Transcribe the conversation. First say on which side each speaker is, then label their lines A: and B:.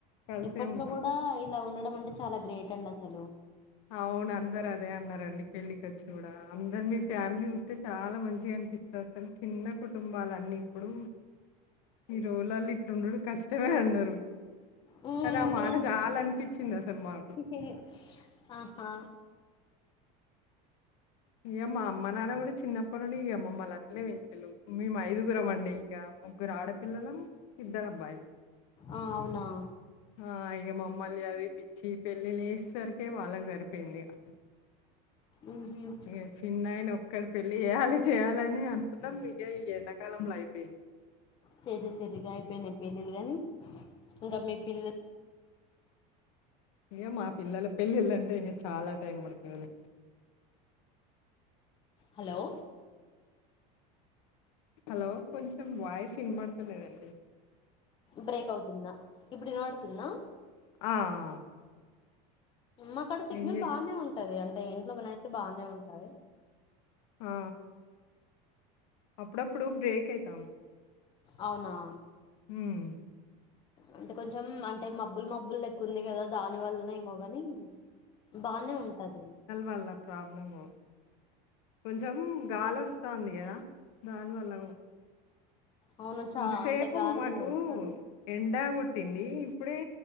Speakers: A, on the left; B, on the left.
A: కలిసే
B: ఇప్పట్లో
A: ఉంటాం.
B: గూడా ఇలా ఉండడం అంటే చాలా గ్రేట్ అండి అసలు
A: అవును అందరూ అదే అన్నారండి పెళ్ళికొచ్చి గూడా అందరూ మీ ఫ్యామిలీ ఉంటే చాలా మంచిగా అనిపిత్తది అసలు చిన్న కుటుంబాలు అన్నీ ఇప్పుడు ఈ రోజులల్ల ఇట్లుండుడు కష్టమే అన్నారు
B: మ్మ్
A: కానీ ఆ మాట జాలి అనిపిచ్చింది అసలు మాకు
B: హె హే ఆహా
A: ఇగ మా అమ్మ నాన్న గూడా చిన్నప్పటి నుండి ఇగ మిమ్మల్ని అట్లే పెంచిల్లు మేం ఐదుగురం అండి ఇగ ముగ్గురు ఆడపిల్లలం ఇద్దరు అబ్బాయి
B: ఆ అవునా
A: ఆ ఇగ మిమ్మల్ని చదివిపిచ్చి పెళ్ళిళ్ళు ఏసేసరికే వాళ్ళకి సరిపోయింది ఇగ
B: ఊహూ
A: ఇగ చిన్నాయన ఒక్కడి పెళ్లి చేయాలి చేయాలి అని అనుకున్నాం ఇగ ఈ ఎండాకాలంలో అయిపోయి
B: చేసేసారు ఇగా అయిపోయినాయి పెళ్ళిలు గానీ ఇంకా మీ పిల్ల
A: ఇగ మా పిల్లల పెళ్ళిళ్ళంటే ఇగ చాలా టైం పడుతదిలే
B: హలో
A: హలో కొంచెం వాయిస్ ఇన్బడతలేదండి
B: బ్రేక్ అవుతుందా ఇప్పుడు ఇనపడుతుందా
A: ఆ ఆ
B: మాకాడ సిగ్నల్
A: ఏం జే
B: బానే ఉంటది అంటే ఇంట్లో గూన అయితే బానే ఉంటది
A: ఆ అప్పుడప్పుడు బ్రేక్ అయితాం
B: అవునా
A: ఊమ్
B: అంటే కొంచం అంటే మబ్బులు మబ్బులు లెక్క ఉంది కదా దాని వల్లనేమో గానీ బానే ఉంటది
A: వాళ్ళ ప్రాబ్లము కొంచం గాలి వొస్తాంది కదా దానివల్ల గూ
B: అవును చా
A: ఇంతసేపు
B: అంటే గాలి
A: మాకు
B: వస్తాంది
A: ఎండా కొట్టింది ఇప్పుడే